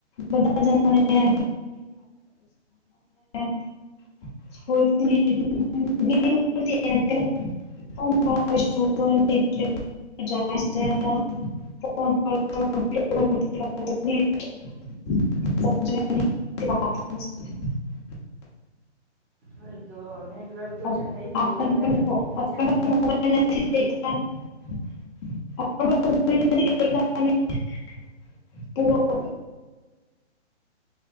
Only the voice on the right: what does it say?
હય તો નેટવર્ક તો
જદાય હોય
વધારે
છે ને
હમ